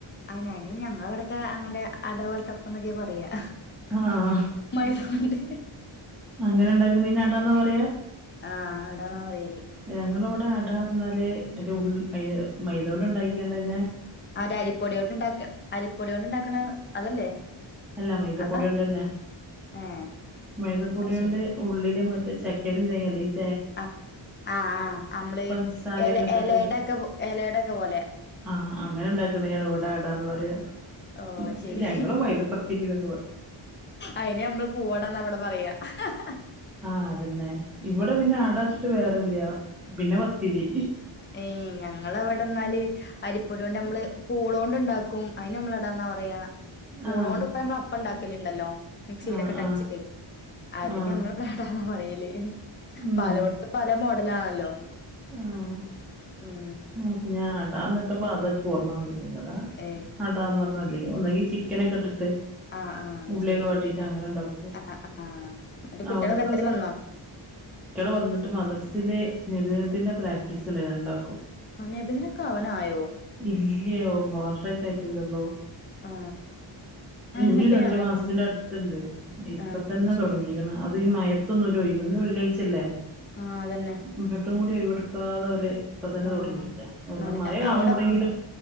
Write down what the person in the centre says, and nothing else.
ആഹ്
അങ്ങനെ ഇണ്ടാക്കണേന് അടാന്നാ പറയാ
ഞങ്ങളിവിടെ അടാ പർഞ്ഞാല് മറ്റേ ഉള്ള് അയിന് മൈദ കൊണ്ട് ഇണ്ടാക്കിയാണ്ടെന്നെ
അല്ല മൈദപ്പൊടി
കൊണ്ടെന്നെ
മൈദപ്പൊടി
കൊണ്ട്
ഉള്ളില് മറ്റേ ചക്കരേം തേങ്ങയല്ല ഇത്
പഞ്ചസാരയൊക്കെ
ഇട്ടിട്ട്
ആഹ് അങ്ങനെ ഇണ്ടാക്കണെയാണ് ഇവിടെ അടാന്ന് പറയാ
മറ്റ്
ഞങ്ങള് മൈദ ത്തിരിന്നൊക്കെ പറ
ആഹ് അതന്നെ ഇവിടെ പിന്നെ ആടാച്ചിട്ട് വേറില്ല്യ പിന്നെ പത്തിരി
ആഹ്
ആഹ് ആഹ്
ആഹ്
ഉം
ആഹ്
ആഹ് ഞാൻ അടാന്ന് കേട്ടപ്പോ അതൊക്കെ ഓർമ്മ വന്നിട്ടാ ഇവിടെ
അടാന്ന് പറഞ്ഞ <unintelligible> ഒന്നകി ചിക്കനൊക്കെ ഇട്ടിട്ട്
ഉള്ളിയൊക്ക
വാട്ടീട്ട് അങ്ങനെ ഇണ്ടാക്കും
അവിടെ എപ്പിളിച്ചാ
കുട്ടിയള് വന്നിട്ട് മദ്രസില് നെബിദിനത്തിന്റെ പ്രാക്ടീസ് ഇണ്ട് രണ്ടാക്കും
ഇല്ല്യയൊ മോററേറ്റ് ആയിട്ടില്ലള്ളോ
ഇനിയും രണ്ടു
മാസത്തിന്റെ അടുത്തുണ്ട് ഇപ്പ
തന്നെ
തൊടങ്ങി ങ്ങിക്കണ് അത് ഈ മയത്തൊന്നും ഒരു ഒയിവ് ഇന്ന് വെള്ളിയാഴ്ചല്ലേ
എന്നിട്ടും കൂടി ഒയിവ് എടുക്കാതെ അവല് ഇപ്പൊ തന്നെ
തു <unintelligible> ക ഒന്ന്
മയ കാണുമ്പളെങ്കിലും